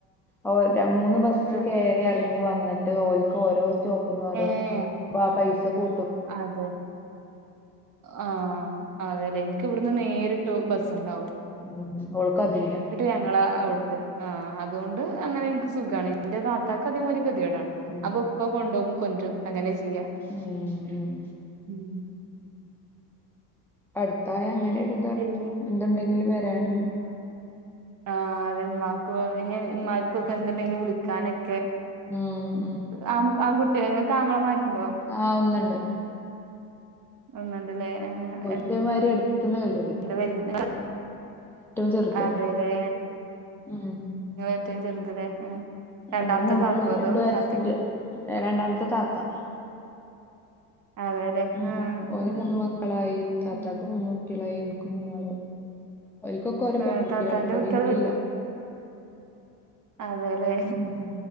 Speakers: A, in the centre; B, on the right.
A: അവഓള്റിയ മൂന്ന് ബസ്
B: ആഹ്
A: ഇറങ്ങി വന്നിട്ട് ഓക്ക് ഓരോ സ്റ്റോപ്പിൽ ഓരോ
B: ഏഹ്
A: പൈസ കൂ
B: അതെ ആഹ അതെല്ലേ എനിക്ക് ഇവിടുന്ന് നേരിട്ട് ബസ് ഉണ്ടാവും
A: ഉം ഓൾക്കത്തില്ല
B: ഞങ്ങള അവിടു ആ അതുകൊണ്ട് അങ്ങനെ എനിക്ക് സുഖമാണ് എന്റെ താത്താക്ക് അധികം വലിയ ഗതിയേടാണ്
A: ഉം
B: അപ്പൊ ഉപ്പ കൊണ്ടുപോകും കൊണ്ടും അങ്ങനെ ചെയ്യുക
A: ഉം ഉം
B: ഉം
A: അടുത്തായ അങ്ങനെ ഒരുതാ
B: പിന്നെ
A: എന്തുണ്ടെങ്കില് വരാനും
B: ആ അതെ ഇമ്മക്ക് ഇ ഉമ്മാർക്കൊക്കെ എന്തുണ്ടെങ്കിലും വിളിക്കാനൊക്കെ
A: ഉം ഉ
B: ആ ആൺകുട്ടി ഇങ്ങൾക്ക് ആങ്ങളമാരുണ്ടോ
A: ആ് ഒന്നണ്ട്
B: ഒന്നണ്ട്ല്ലേ ഏ
A: അതേമാതിരി എടുത്തുന്ന കല
B: എന്താ വല
A: ചെറുത്
B: അതെ അതെലെ
A: ഉം
B: റ്റം ചെറുതലെ രണ്ടാമത്തെ
A: ഞങ്ങള് മൂന്നാള്
B: താക്കു അതോ
A: രണ്ട് വയസ്സിന്റെ
B: കാക്കേ
A: രണ്ടാമത്തെ താത്ത
B: അതെല്ലേ
A: ഉ
B: ആഹ്
A: ഓന്
B: ആഹ്
A: മൂന്ന് മക്കളായി താത്താക്കും
B: ഉം
A: മൂന്ന് കുട്ടികളായി എനിക്കും മൂന്നാള് ഒരിക്കൊക്കെ ഓരോ പെൺകുട്ടികളുണ്ട്
B: ഏഹ് താത്താന്റെ കുട്ടികള്
A: എനിക്കില്ല
B: അതെല്ലേ
A: ഉം